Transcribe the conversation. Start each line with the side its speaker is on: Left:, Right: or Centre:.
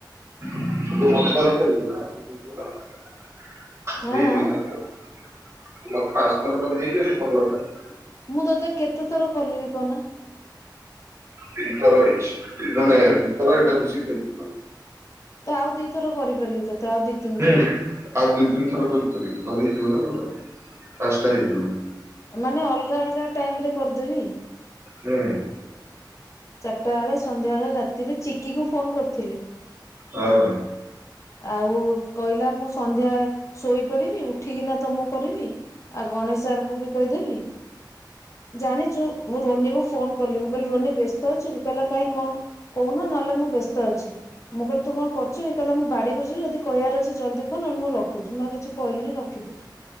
Right: <unintelligible> <unintelligible>
Left: ଆଁ ମୁଁ ତୋତେ କେତେ ଥର କଲିଣି କହନା?
Right: ତିନଥର ହେଇଛି ମାନେ ଦିଥର ଏଇଟା ମିଶିକି ତିନି ଥର
Left: ତ ଆଉ ଦିଥର କରିପାରିବି ତତେ ଆଉ ଦି ତିନି
Right: ହୁଁ
Left: ଥର
Right: ଆଉ ଦି ତିନି ଥର କରିପାରିବି ତ ହେଇଯିବ ନା ତମର ପାଞ୍ଚଟା ହେଇଯିବ।
Left: ମାନେ ଅଲଗା ଅଲଗା ଟାଇମରେ କରିଦେବି?
Right: ହୁଁ।
Left: ଚାରିଟା ବେଳେ ସନ୍ଧ୍ୟାବେଳେ ରାତିରେ ଚିକିକୁ ଫୋନ୍ କରିଥିଲି।
Right: ହଉ।
Left: ଆଉ କହିଲା ମୁଁ ସନ୍ଧ୍ୟାଳେ ଶୋଇପଡିବି ଉଠିକିନା ତ ମୁଁ କରିବି। ଆଉ ଗଣେଶ ସାର୍ ଙ୍କୁ ବି କହିଦେବି। ଜାଣିଛୁ ମୁଁ ରୋନି କୁ ଫୋନ କଲି ମୁଁ କହିଲି ରୋନି ବ୍ୟସ୍ତ ଅଛିୁ କି କହିଲା କାଇଁ କଣ? କହୁନ ନହେଲେ ମୁଁ ବ୍ୟସ୍ତ ଅଛି ମୁଁ କହିଲି ତୁ କଣ କରୁଛୁ କି କହିଲେ ମୁଁ ବାଡ଼ିକୁ ଯିବି ଯଦି କହିବାର ଅଛି ଜଲଦି କହ ନ ହେଲେ ମୁଁ ରଖୁଛି ମୁଁ ଆଉ କିଛି କହିଲିନି ରଖିଦେଲି।